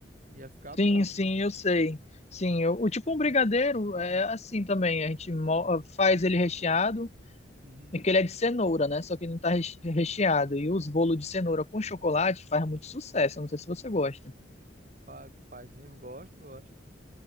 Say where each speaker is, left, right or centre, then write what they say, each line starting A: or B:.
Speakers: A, on the right; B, on the left.
A: Ia ficar bom.
B: Sim, sim, eu sei. Sim, eu- o tipo um brigadeiro
A: Não sei-
B: é assim também. A gente mo- ah, faz ele recheado,
A: Uhum.
B: é que ele é de cenoura, né? Só que não tá reche- recheado. E os bolos de cenoura com chocolate faz muito sucesso. Eu não sei se você gosta.
A: Fa- Faz mesmo, gosto, gosto.